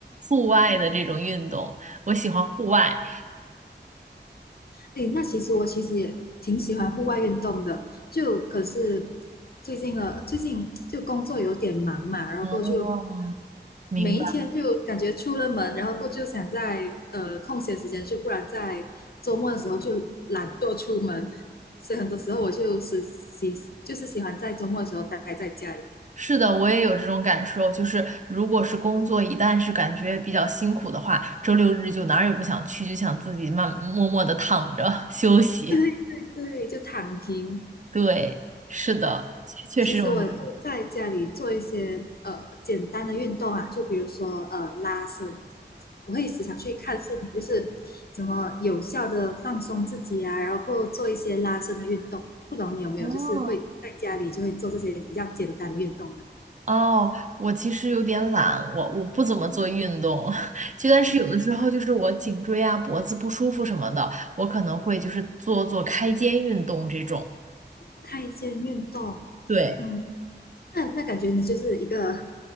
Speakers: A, on the right; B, on the left.
A: 户外的这种运动，我喜欢户外。
B: 诶，那其实我其实也挺喜欢户外运动的，就可是最近呃，最近就工作有点忙嘛，然后过后就
A: 哦，明白。
B: 每一天就感觉出了门，然后过就想在呃空闲时间去，不然在周末的时候就懒惰出门，所以很多时候我就是喜就是喜欢在周末的时候待在家里。
A: 是的，我也有这种感受，就是如果是工作一旦是感觉比较辛苦的话，周六日就哪儿也不想去，就想自己慢默默的躺着 <laughs> 休息。
B: <laughs> 对对对，就躺平，
A: 对，是的，确确实容易。
B: 其实我也会在家里做一些呃简单的运动啊，就比如说呃拉伸，我会时常去看视频，就是怎么有效的放松自己啊，然后够做一些拉伸的运动。不懂你有没有就是会在家里就会做这些比较简单的运动呢？
A: 哦，哦，我其实有点懒，我我不怎么做运动，<laughs> 就但是有的时候就是我颈椎啊、
B: 哦，
A: 脖子不舒服什么的，我可能会就是做做开肩运动这种。
B: 开间运动，
A: 对
B: 嗯，那那感觉你就是一个